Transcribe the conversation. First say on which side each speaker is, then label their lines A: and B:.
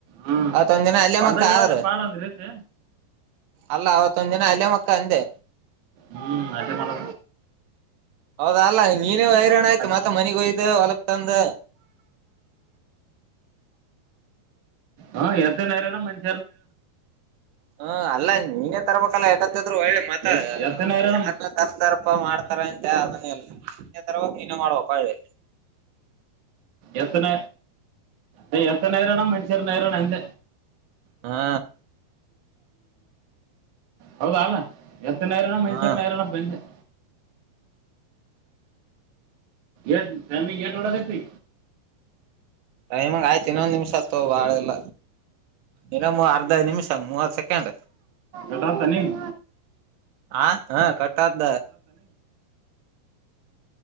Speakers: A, on the right (about 55°); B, on the right (about 80°).
A: ಹ್ಮ್
B: ಅವತ್ದ ದಿನ ಅಲ್ಲ
A: ಹೊಲ್ದಾಗ
B: ಮಕ್ಕ
A: ಇಡೋದ
B: ಆದ್ರ.
A: ಪಾಡ ಒಂದ್ ರೀತಿ
B: ಅಲ್ಲ ಅವತ್ತೊಂದ್ ದಿನ ಅಳ ಮಕ್ಕ ಅಂದೆ.
A: ಹ್ಮ್ ಅ ಮಾಡ
B: ಹೌದ ಅಲ್ಲ ನೀನ ಹೈರಾಣ ಆಯ್ತು ಮತ್ತೆ
A: ಮಾಡ್ಬೇಕು
B: ಮನೆ ಹೋಗಿದ್ದು ಹೊಲಗ್ ತಂದ. <inaudible>
A: ಹ ಎತ್ತ ನೇರನ ಮನೆ.
B: ಹ್ಮ ಅಲ್ಲ ನೀನೇ ತರ್ಬೇಕಲ್ಲ ಯಕ. ದ್ರು ಒಳ್ಳೆ ಮ
A: ಎತ್ ಎತ್ತನ ಹೈರಾಣ
B: ಯಾರನ್ನ ತರ್ತಾರಪ ಮಾಡ್ತಾರ ಅಂತ ಅದನ್ನ ಎಲ್ಲ. ತರಕಿನ ಮಾಡುವ ಪೆ
A: ಎತ್ತನ ಅ ಎತ್ತನೇರಣ ಮ್ಯಾನ್ಷನ್ ನೇರಣ ಅಂತ
B: ಹಾ
A: ಹೌದಾ ಅಲ್ಲ ಎತ್ತನೇರನ ಮೆಣಚರ
B: ಹಾ
A: ನರನ <unintelligible> ಎ ಟೈಮಿಂಗ ಏನ್ ನೋಡಕತಿ
B: ಟೈಮಿಂಗ್ ಆಯ್ತ ಇನ್ನೊಂದ ನಿಮಿಷ ಆತ್ತು ಬಾಳಲ್ಲ ಇನೊಂದು ಅರ್ದ ನಿಮಿಷ ಮೂವತ್ ಸೆಕೆಂಡ್ ಕಂಡ
A: ಈಡಾ ಟೆನಿಗ್
B: ಹ ಹಾ ಕಟ್ಟ ಆತ್